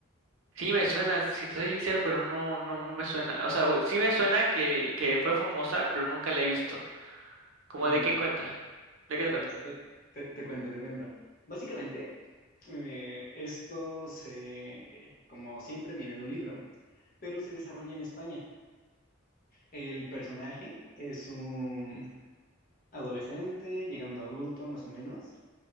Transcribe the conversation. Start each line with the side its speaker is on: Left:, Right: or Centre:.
Right: Sí me suena, si te soy sincero, pero no, no, no me suena. O sea, sí me suena que, que fue famosa, pero nunca la he visto. ¿Cómo
Left: Ah, mira,
Right: de qué cuenta? ¿De qué
Left: pues
Right: trata?
Left: te, te- te cuento, te cuento. Básicamente, eh, esto se, como siempre, viene de un libro, pero se desarrolla en España. El personaje es un adolescente, llegando a adulto más o menos,